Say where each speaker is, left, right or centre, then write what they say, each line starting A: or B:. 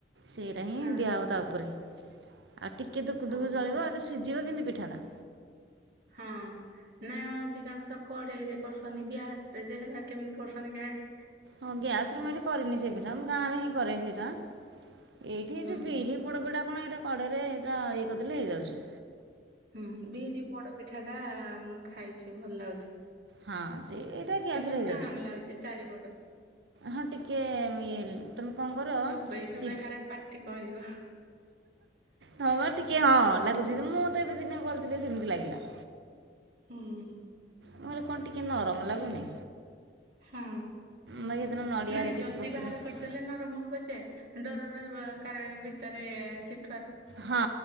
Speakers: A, on the right; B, on the right.
A: ସେଇରା ହିଁ
B: ହଁ
A: ଦିଆହେବ ତା ଉପରେ। ଆ ଟିକେ ଦୁକୁ
B: ହଁ
A: ଦୁକୁ ଜଳିବ।
B: ହଁ
A: ଏଟା ସିଝିବ କେମିତି ପିଠାଟା।
B: ହଁ। ନାଇଁ ଅଧିକାଂଶ କଡେଇ ରେ କରୁସନ୍ତି ଗ୍ୟାସ ରେ ଯେ ହେରା କେମିତି କରୁସନ୍ତି କେଜାଣି।
A: ହଁ ଗ୍ୟାସ ରେ ମୁଁ ଏଇଠି କରିନି ସେ ପିଠା। ମୁଁ ଗାଁରେ ହିଁ କରେ ସେଇଟା। ଏଇଠି ହେ
B: ହୁଁ
A: ଯୋଉ ବିରି ପୋଡପିଠା କଣ ଏଇଟା କଡ଼ରେ ଏଇଟା ଇଏ କରିଦେଲେ ହେଇଯାଉଚି।
B: ହୁଁ। ବିରି ପୋଡପିଠା ଟା ମୁଁ ଖାଇଚି ଭଲ ଲାଗୁଚି।
A: ହଁ ସେ ଏଇଟା ଗ୍ୟାସରେ
B: କିନ୍ତୁ
A: ହେଇଯାଉଛି
B: ଟାଣ୍ ଲାଗୁଚି ଚାରିପଟ।
A: ହଁ ଟିକେ ଇଏ ତମେ କଣ କର
B: ଚୋବେଇ ଚୋବେଇ
A: ସି
B: <unintelligible>
A: ହଁ ପା ଟିକେ ହଁ ଲାଗୁଚି ଯେ ମୁଁ ତ ଏବେ ଦିନେ କରିଥିଲି ସେମିତି ଲାଗିଲା।
B: ହୁଁ।
A: ମୁଁ କହିଲି କଣ ଟିକେ ନରମ ଲାଗୁନି।
B: ହୁଁ।
A: ବାକି ସେଦିନ ନଡ଼ିଆ
B: ନାଇଁ
A: ହେରିକା
B: ଜଲଦି
A: କିଛି ପକେଇଲି
B: ବାହାର କରିଦ ଦେଲେ ନରମ ହବ ଯେ। ଡର ରହିବ କାଳେ ଭିତରେ ସି
A: ହଁ